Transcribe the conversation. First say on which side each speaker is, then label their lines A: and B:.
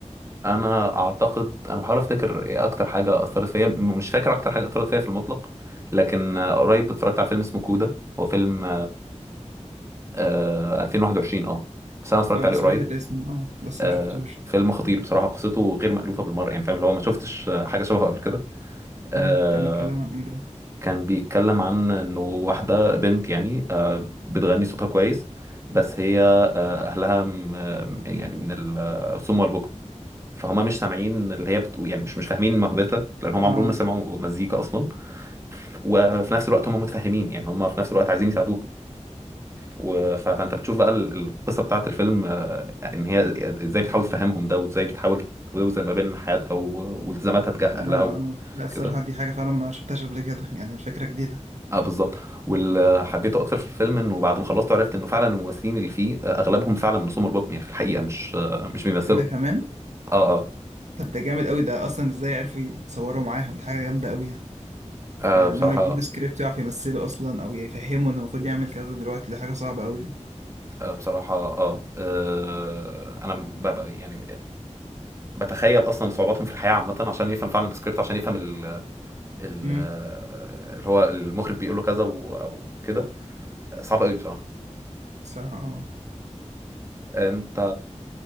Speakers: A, on the right; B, on the right.
A: انا اعتقد انا بحاول افتكر ايه اكتر حاجه اثرت فيا م- مش فاكر اكتر حاجه اثرت فيا في المطلق لكن آه، قريب اتفرجت على فيلم اسمه كودا هو فيلم آه 2021 اه بس انا اتفرجت
B: انا
A: عليه
B: سمعت
A: قريب
B: الاسم اه بس
A: آه
B: ما شفتوش
A: فيلم خطير بصراحه قصته غير مألوفه بالمره يعني فاهم اللي هو ما شفتش آه، حاجه شبهه قبل كده آه
B: امم كان بيتكلم عن ايه بقى
A: كان بيتكلم عن انه واحده بنت يعني آه بتغني صوتها كويس بس هي آه، اهلها م- آه، يعني من الصم والبكم فهم مش سامعين اللي هي بتقول يعني مش مش فاهمين موهبتها لان هم
B: اه
A: عمرهم ما سمعوا مزيكا اصلا وفي نفس الوقت هم متفهمين يعني هم في نفس الوقت عايزين يساعدوها و- ف- فانت بتشوف بقى ال- القصه بتاعت الفيلم آه، ان هي ازاي بتحاول تفهمهم ده وازاي بتحاول توزن ما بين حياتها و- والتزاماتها تجاه اهلها
B: اه اه
A: وكده
B: لا الصراحة دي حاجة فعلا ما شفتهاش قبل كده يعني الفكرة جديدة
A: اه بالظبط واللي حبيته اكتر في الفيلم انه بعد ما خلصت عرفت انه فعلا الممثلين اللي فيه آه، اغلبهم فعلا من سمر بوكم يعني في الحقيقه مش آه، مش بيمثلوا
B: ده كمان
A: اه اه
B: طب ده جامد قوي ده اصلا ازاي عرفوا يصوروا معاهم دي حاجه جامده قوي يعني
A: آه،
B: يعني
A: بصراحه
B: ان هو يديله سكريبت يعرف يمثله اصلا او يفهمه انه المفروض يعمل كذا دلوقتي دي حاجه صعبه قوي يعني
A: آه، بصراحة اه آه، انا ب- ب- يعني بتخيل اصلا صعوباتهم في الحياة عامة عشان يفهم فعلا السكريبت عشان يفهم ال ال
B: امم
A: اللي هو المخرج بيقول له كذا و- او كده صعب قوي بصراحة
B: الصراحه اه
A: انت